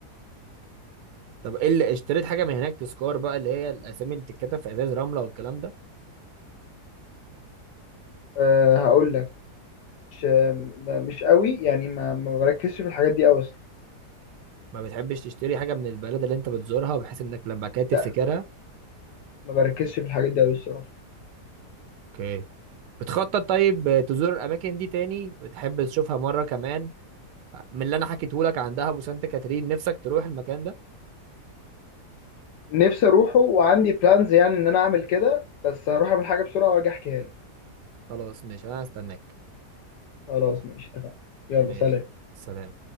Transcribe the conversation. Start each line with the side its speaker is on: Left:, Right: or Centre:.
Right: طب ايه اللي اشتريت حاجة من هناك تذكار بقى اللي هي الاسامي اللي بتتكتب في ازاز رملة والكلام ده
Left: آه هقول لك مش م- مش قوي يعني ما ما بركزش في الحاجات دي قوي اصلا
Right: ما بتحبش تشتري حاجة من البلد اللي انت بتزورها بحيث انك لما بعد كده تفتكرها
Left: لا ما بركزش في الحاجات دي قوي الصراحه
Right: اوكي بتخطط طيب تزور الاماكن دي تاني بتحب تشوفها مرة كمان من اللي انا حكيته لك عن دهب وسانت كاترين نفسك تروح المكان ده
Left: نفسي اروحه وعندي بلانز يعني ان انا اعمل كده بس هروح اعمل حاجه بسرعه واجي احكيها لك
Right: خلاص ماشي انا هستناك
Left: خلاص ماشي اتفقنا يلا
Right: ماشي
Left: سلام
Right: سلام